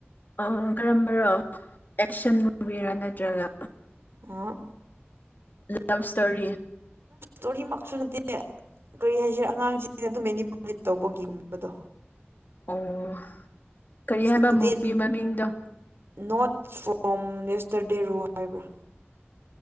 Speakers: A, on the left; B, on the right.
A: ꯑꯣ ꯑꯣ ꯀꯔꯝꯕꯔꯣ ꯑꯦꯛꯁꯟ ꯃꯨꯚꯤꯔꯥ ꯅꯠꯇ꯭ꯔꯒ
B: ꯑꯥ
A: ꯂꯚ ꯏꯁꯇꯣꯔꯤ
B: ꯇꯣꯔꯤ ꯃꯛꯁꯨ ꯅꯠꯇꯦ ꯀꯔꯤ ꯍꯥꯏꯁꯤꯔ ꯑꯉꯥꯡꯁꯤꯡꯅ ꯑꯗꯨꯝ ꯃꯦꯅꯤꯄꯨꯂꯦꯠ ꯇꯧꯕꯒꯤꯒꯨꯝꯕꯗꯣ
A: ꯑꯣ ꯀꯔꯤ
B: ꯏꯁꯇꯨꯗꯦꯟ
A: ꯍꯥꯏꯕ ꯃꯨꯚꯤ ꯃꯃꯤꯡꯗꯣ
B: ꯅꯣꯠ ꯐ꯭ꯔꯣꯝ ꯌꯦꯁꯇ꯭ꯔꯗꯦ ꯔꯣ ꯍꯥꯏꯕ꯭ꯔꯥ